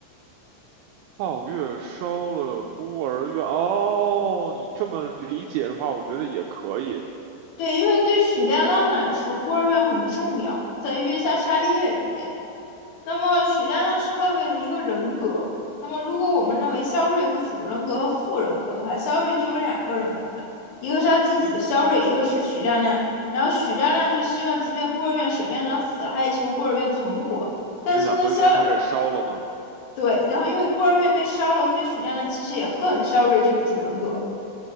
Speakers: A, on the right (about 80°); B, on the left (about 60°).
A: 皓月烧了孤儿院，哦，你这么理解的话，我觉得也可以。
B: 对，因为对许亮亮来说，孤儿院很重要，在月下杀利叶里面，那么许亮亮是后卫的一个人格。那么如果我们认为肖瑞有主人格和副人格的话，肖瑞就有两个人格嘛，一个是他自己的肖瑞，一个是许亮亮。然后许亮亮就希望，即便孤儿院沈院长死了，他也希望孤儿院存活。
A: 你是想说因为它被烧了吗？
B: 但是呢，肖对，然后因为孤儿院被烧了，所以许亮亮其实也恨肖瑞这个主人格，